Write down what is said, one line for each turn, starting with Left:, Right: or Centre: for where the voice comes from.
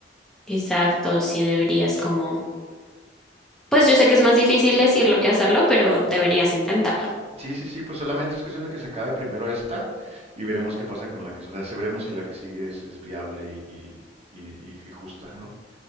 Centre: exacto, sí deberías como, pues yo sé que es más difícil decirlo que hacerlo, pero deberías intentarlo.
Right: Sí, sí, sí, pues solamente es cuestión de que se acabe primero esta y veremos qué pasa con la que, o sea, si veremos si la que sigue es, es viable y, y, y- y justa, ¿no?